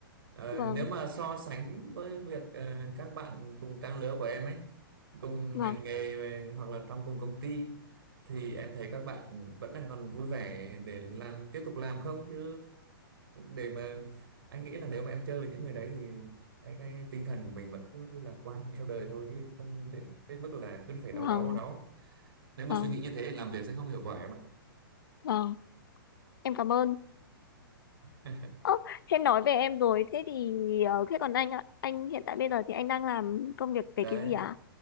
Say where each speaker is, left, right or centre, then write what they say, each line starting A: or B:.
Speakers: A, on the right; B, on the left.
A: ờ,
B: vâng
A: nếu mà so sánh với việc ờ, các bạn cùng trang lứa của em ấy, cùng
B: vâng
A: ngành nghề về- hoặc là trong cùng công ty thì em thấy các bạn vẫn đang còn vui vẻ để làm tiếp tục làm không chứ để mà anh nghĩ là nếu mà em chơi với những người đấy thì cái, cái tinh thần của mình vẫn cứ lạc quan theo đời thôi chứ không đến đến mức là cứ phải đau
B: vâng
A: đáu đau đáu nếu mà
B: vâng
A: suy nghĩ như thế thì làm việc sẽ không hiệu quả em ạ
B: Vâng, em cảm ơn.
A: <laughs>
B: Ơ, thế nói về em rồi, thế thì ờ, thế còn anh ạ, anh hiện tại bây giờ thì anh đang làm công việc về
A: đấy
B: cái gì ạ?